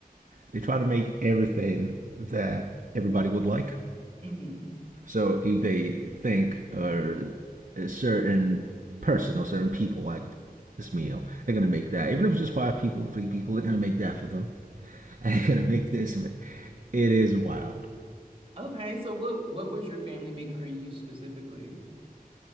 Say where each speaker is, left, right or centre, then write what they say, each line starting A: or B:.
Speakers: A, on the right (about 55°); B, on the right (about 35°).
A: they try to make everything that everybody would like.
B: hmm
A: So if they think or a certain person or certain people like this meal, they're gonna make that. Even if it's just five people, three people, they're gonna make that for them. <laughs> And they're gonna make this. man. It is wild.
B: Okay, so what what was your family make for you specifically?